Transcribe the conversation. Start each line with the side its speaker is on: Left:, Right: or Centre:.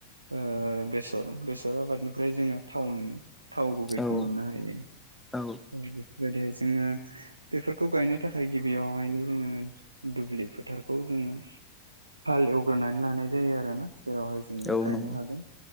Right: ओ बेसर बेसर आबादनिफ्राय जोङो थाव मोनो। थाव गुबैखौ
Centre: औ
Right: मोननो हायो
Centre: औ
Right: बेबायदियै जोङो बेफोरखौ गायनो थाखाय गिबियावहायनो जोङो दुब्लि फोथारखौ जों जोङो हाल एवग्रोनानै लानाय जायो आरोना जेरावहाय जोङो
Centre: औ
Right: गायनो
Centre: नंगौ
Right: हागोन